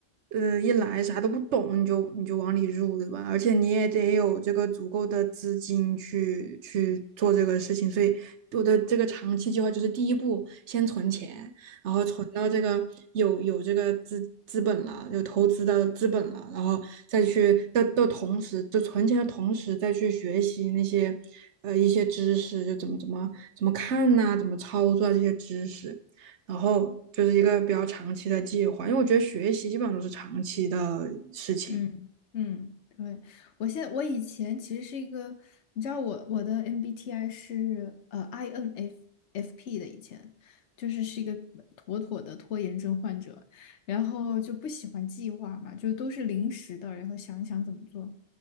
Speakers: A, on the right; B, on the left.
A: 呃，一来啥都不懂你就你就往里入，对吧？而且你也得有这个足够的资金去去做这个事情，所以我的这个长期计划就是第一步先存钱，然后存到这个有有这个资资本了，有投资的资本了，然后再去的的同时，就存钱的同时再去学习那些呃一些知识，就怎么怎么怎么看呐、怎么操作这些知识，然后就是一个比较长期的计划，因为我觉得学习基本上都是长期的事情。
B: 嗯嗯，对，我现我以前其实是一个，你知道我我的 MBTI 是呃 INFFP 的，以前就是是一个妥妥的拖延症患者，然后就不喜欢计划嘛，就都是临时的，然后想一想怎么做。